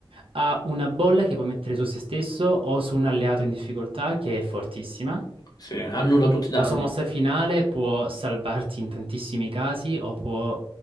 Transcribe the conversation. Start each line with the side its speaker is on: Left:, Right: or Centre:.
Right: Ha una bolla che può mettere su se stesso o su un alleato in difficoltà che è fortissima.
Left: Sì, annulla tutti i danni.
Right: La sua mossa finale può salvarti in tantissimi casi o può